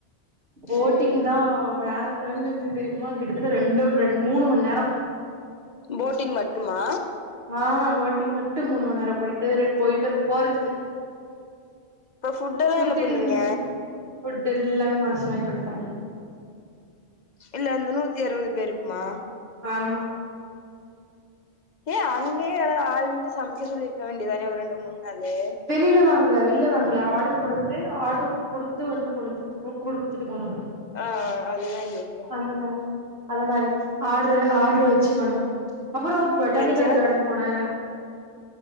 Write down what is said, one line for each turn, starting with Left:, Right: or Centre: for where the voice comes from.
Right: போட்டிங்
Left: ம்
Right: தா வேற லெவல்ல இருந்து தெரியுமா கிட்டத்தட்ட ரெண்டு ரெண் மூணு மண் நேர
Left: போட்டிங் மட்டுமா
Right: ஆ போட்டிங் மட்டு மூணு ம நேரோ போயிட்டு ரெ போயிட்டு போறதுக்கு
Left: இப்ப ஃபுட் எல்லா
Right: சுத்திட்டு
Left: என்ன பண்ணீங்க
Right: இருந்தோ ஃபுட் எல்லாமே மாஸ்ட்ரு வாங்கி குடுத்தாங்க
Left: இல்ல அந்த நூத்தி அறுவது பேருக்குமா
Right: ஆமா
Left: ஏ அங்கயே யாராவது ஆள் விட்டு சமைக்க சொல்லிருக்க வேண்டியதானே ஒரு ரெண்டு மூணு நாளு
Right: வெளில வாங்கல வெள்ல வாங்கல ஆட்ரு குடுத்து ஆட்ரு குடுத்து வந்து குடுத் குடுத்துட்டு போனாங்க
Left: ஆ அதுதா எப்போ
Right: அந்த மாரி அத மாரி ஆட்ரு ஆட்ரு வச்சி பண்ணு அப்புறோ பொட்டானிக்கல்
Left: வெஜ்ஜா
Right: கார்டன் போனே